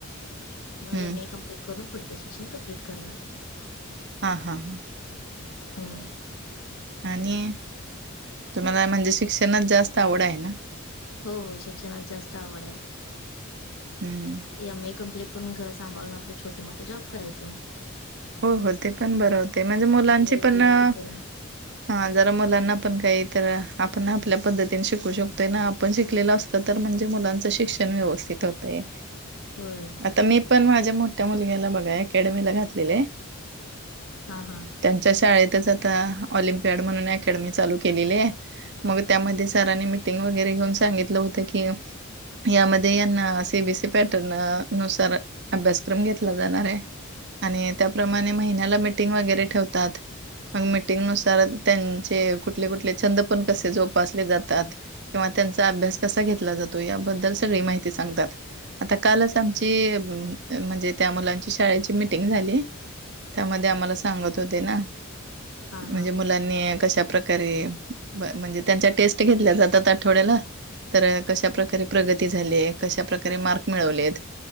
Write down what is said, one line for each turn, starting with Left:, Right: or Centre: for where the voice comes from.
Left: मग
Right: हम्म
Left: एम ए कमप्लीट करून पुढचं शिक्षण कंप्लीट करणार
Right: हा हा हा
Left: हा
Right: आणि तुम्हाला म्हणजे शिक्षणच जास्त आवड आहे ना
Left: हो हो शिक्षणाची जास्त आवड आहे
Right: हम्म.
Left: एम ए कम्प्लीट करून घर सांभाळून आपले छोटे मोठे जॉब करायचं
Right: हो हो ते पण बरं होते म्हणजे मुलांची
Left: बी एड
Right: पण
Left: बी
Right: हा
Left: एड करून
Right: जरा मुलांना पण काही तर आपण आपल्या पद्धतीने शिकू शकतोय ना आपण शिकलेला असतो तर म्हणजे मुलांच शिक्षण व्यवस्थित होतय
Left: होय
Right: आता मी पण माझ्या मोठ्या मुलग्याला बघा अकॅडमीला घातलेले आहे
Left: हा हा
Right: त्यांच्या शाळेतच आता ऑलिमपियड म्हणून अकॅडमी चालू केलेली आहे मग त्यामध्ये सरांनी मीटिंग वगैरे घेऊन सांगितलं होतं की यामध्ये यांना सी बीसी पॅटर्न नुसार अभ्यासक्रम घेतला जाणार आहे आणि त्याप्रमाणे महिन्याला मिीटिंग वगैरे ठेवतात मग मिीटिंगनुसार त्यांचे कुठले कुठले छंद पण कसे जोपासले जातात किंवा त्यांचा अभ्यास कसा घेतला जातो याबद्दल सगळी माहिती सांगतात आता कालच आमची म्हणजे त्या मुलांची शाळेची मिीटिंग झाली त्यामध्ये आम्हाला सांगत होते ना
Left: हां
Right: म्हणजे
Left: हां
Right: मुलांनी कशा प्रकार े म्हणजे त्यांच्या टेस्ट घेतल्या जातात आठवड्याला तर कशा प्र्रकारे प्रगती झाली कशाप्रकारे मार्क मिळवलेत